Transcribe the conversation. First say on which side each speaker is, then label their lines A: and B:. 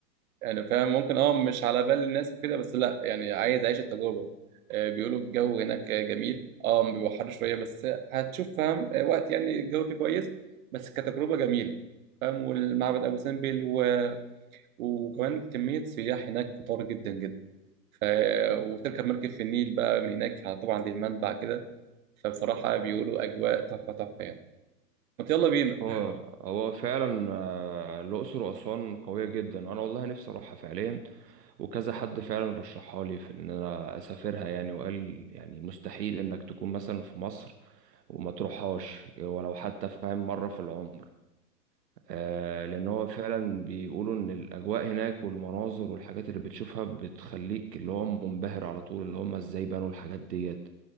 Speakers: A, on the right (about 55°); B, on the right (about 75°).
A: يعني فاهم ممكن اه مش على بال الناس وكده بس لا يعني عايز اعيش التجربه آه، بيقولوا الجو هناك جميل اه بيبقى حر شويه بس هتشوف فاهم آه، وقت يعني الجو فيه كويس بس كتجربه جميله فاهم والمعبد ابو سمبل و... وكمان كميه سياح هناك كتار جدا جدا ف... وتركب مركب في النيل بقى من هناك طبعا للمنبع كده فبصراحه بيقولوا اجواء تحفه تحفه يعني ما يلا بينا
B: هو هو فعلا آه، الأقصر وأسوان قوية جدا أنا والله نفسي أروحها فعليا وكذا حد فعلا رشحها لي في إن أنا أسافرها يعني وقال يعني مستحيل إنك تكون مثلا في مصر وما تروحهاش ولو حتى فاهم مرة في العمر آه لأن هو فعلا بيقولوا إن الأجواء هناك والمناظر والحاجات اللي بتشوفها بتخليك اللي هو منبهر على طول اللي هم إزاي بنوا الحاجات ديت